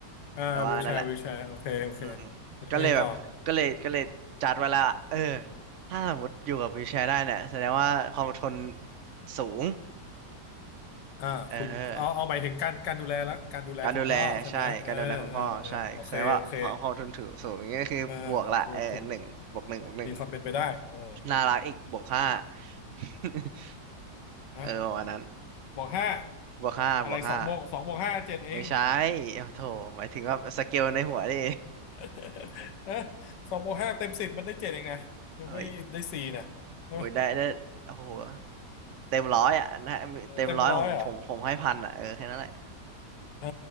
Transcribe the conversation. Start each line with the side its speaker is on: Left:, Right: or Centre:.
Left: อ่าวิวแชร์วิวแชร์โอเคโอเค
Right: แต่ว่านั่นแหละอืม
Left: แล้วยังไงต่อ
Right: ก็เลยแบบก็เลยก็เลยจัดไว้แล้วเออถ้าสมมติอยู่กับวีลแชร์ได้เนี่ยแสดงว่าความอดทนสูง
Left: อ่าคุณเอาเอาหมายถึงการการดูแลแล้วการดูแลคุณพ่อใช่ไหมเออเออเออโอเคโอเค
Right: เออการดูแลใช่การดูแลคุณพ่อใช่แสดงว่าความความอดทนถือสูงอย่างนี้ก็คือบวกละเออหนึ่งบวกหนึ่งบวกหนึ่ง
Left: เออถูกถูกมีความเป็นไปได้เออถูก
Right: น่ารักอีกบวกห้า <laughs>
Left: ฮะ
Right: เออประมาณนั้น
Left: บวกห้า
Right: บวกห้าบวกห้า
Left: อะไรสองบวกสองบวกห้าเจ็ดเอง
Right: ไม่ใช่โอ้าโถหมายถึงว่าสเกลในหัวดิ
Left: <laughs> ฮะสองบวกห้าเต็มสิบมันได้เจ็ดเองนะยังไม่ได้สี่นะใช่ไหม
Right: <laughs> เอ้ยโอ้ยได้ได้โอ้โห เต็มร้อยอ่ะ <laughs> นะเต็มร้อยผมผมผมให้พันอ่ะเออแค่นั้นแหละ
Left: <laughs> เต็มร้อยเหรอ่ะ <laughs> อ่า